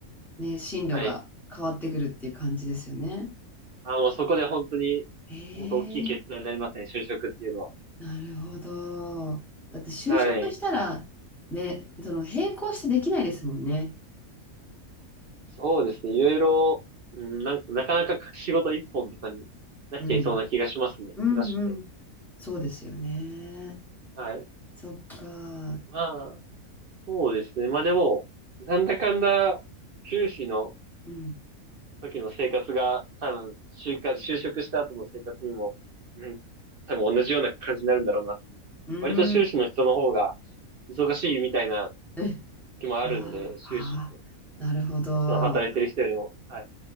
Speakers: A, in the centre; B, on the right (about 50°).
A: ね、進路が変わってくるっていう感じですよね。
B: はい。あの、そこで本当に、
A: ええ、
B: 本当大きい決断になりますね、就職っていうのは。
A: なるほど。だって就職したら、
B: はい。
A: ね、その並行してできないですもんね。
B: そうですね、いろいろ、うん、なんか、なかなか仕事一本とかになっちゃいそうな気がしますね、
A: うん。うんうん。
B: 忙しくて。
A: そうですよね。
B: はい。
A: そっか。
B: まあ、そうですね。まあでも、なんだかんだ、修士の
A: うん。
B: 時の生活が、多分、就活、就職した後の生活にも、なんか、多分同じような感じになるんだろうなっていう。
A: うーん。
B: 割と修士の人の方が忙しいみたいな
A: え、
B: 時もあるんで、
A: ああ、
B: 修士って、
A: ああ、なるほど。
B: その働いてる人よりも、はい。